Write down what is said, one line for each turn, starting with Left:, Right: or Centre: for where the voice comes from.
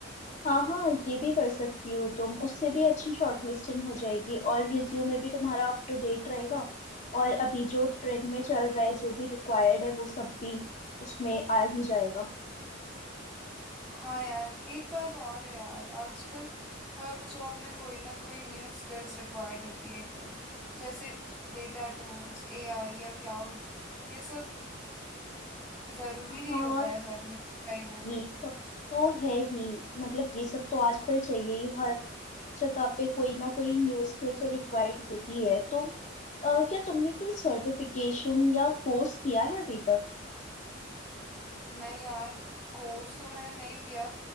Left: हाँ हाँ ये भी कर सकती हो तुम उससे भी अच्छी शॉर्टलिस्टिंग हो जाएगी और रिज्यूमे भी तुम्हारा अप टू डेट रहेगा और अभी जो ट्रेंड में चल रहा है जो भी रिक्वायर्ड है वो सब भी उसमें आ ही जाएगा
Centre: हाँ यार एक बात और है यार आजकल हर जॉब में कोई ना कोई न्यू स्किल्स रिक्वायर्ड होती है एक तो जैसे डेटा टूल्स एआई या क्लाउड ये सब जरूरी
Left: हाँ
Centre: ही होता है हर न- कहीं ना
Left: ये
Centre: कहीं
Left: सब तो है ही मतलब ये सब तो आजकल चाहिए ही हर जगह पे कोई ना कोई न्यू स्किल तो रिक्वायर्ड होती है तो अ, क्या तुमने कोई सर्टिफिकेशन या कोर्स किया है अभी तक
Centre: नहीं यार कोर्स तो मैंने नहीं किया